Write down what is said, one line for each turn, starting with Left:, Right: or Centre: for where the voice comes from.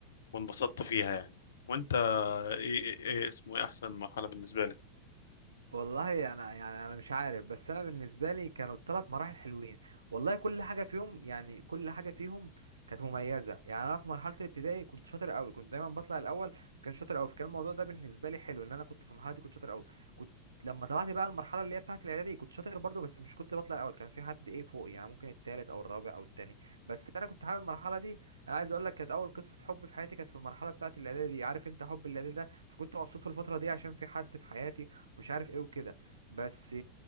Left: وانبسطت فيها يعني وانت ايه, إيه إيه اسمه ايه احسن مرحلة بالنسبة لك
Right: والله انا يعني انا مش عارف بس انا بالنسبه لي كانوا الثلاث مراحل حلوين والله كل حاجه فيهم يعني كل حاجه فيهم كانت مميزه يعني انا في مرحله الابتدائي كنت شاطر قوي كنت دايما بطلع الاول كان شاطر قوي فكان الموضوع ده بالنسبه لي حلو ان انا كنت في المرحله دي كنت شاطر قوي كنت لما طلعت بقى المرحله اللي هي بتاعه الاعدادي كنت شاطر برضو بس مش كنت بطلع الاول كان في حد ايه فوقي يعني ممكن التالت او الرابع او التاني بس انا كنت حابب المرحله دي انا عايز اقول لك كانت اول قصه حب في حياتي كانت في المرحله بتاعه الاعدادي دي عارف انت حب الاعدادي ده فكنت مبسوط في الفتره دي عشان في حد في حياتي ومش عارف ايه وكده بس